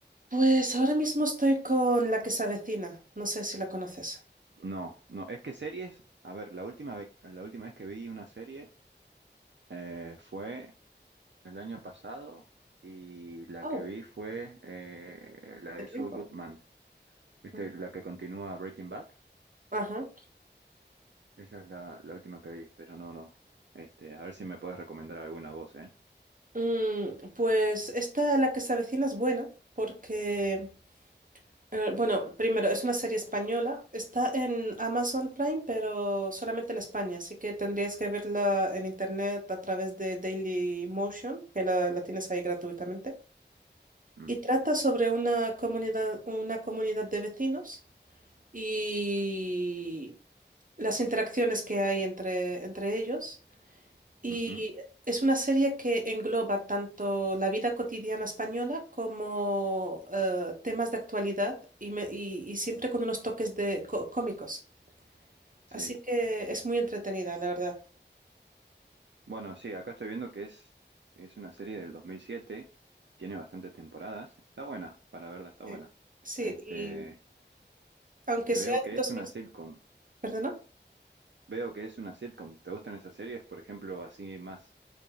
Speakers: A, on the right; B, on the right.
A: Pues ahora mismo estoy con La que se avecina, no sé si la conoces.
B: No, no, es que series, a ver, la última vez, la última vez que vi una serie eh, fue el año pasado y la
A: Oh,
B: que vi fue eh, la de
A: De tiempo.
B: Saul Goodman, ¿viste?
A: Ujú.
B: La que continúa Breaking Bad,
A: Ajá.
B: esa es la, la última que vi, pero no, no, este, a ver si me puedes recomendar alguna voz, ¿eh?
A: Mm, pues esta La que se avecina es buena porque Eh, bueno, primero, es una serie española. Está en Amazon Prime, pero solamente en España. Así que tendrías que verla en internet a través de Daily Motion, que la, la tienes ahí gratuitamente.
B: Mm,
A: Y trata sobre una comunidad, una comunidad de vecinos y las interacciones que hay entre, entre ellos. Y
B: ujú,
A: es una serie que engloba tanto la vida cotidiana española como eh, temas de actualidad y, me- y- y siempre con unos toques de có- cómicos.
B: sí,
A: Así que es muy entretenida, la verdad.
B: bueno, sí, acá estoy viendo que es, es una serie del 2007, tiene bastantes temporadas, está buena, para verla, está
A: Sí,
B: buena,
A: Sí,
B: este...
A: y aunque
B: Y
A: sea
B: veo
A: de
B: que
A: dos
B: es una
A: mil
B: sitcom.
A: ¿perdona?
B: Veo que es una sitcom. ¿Te gustan esas series? Por ejemplo, así más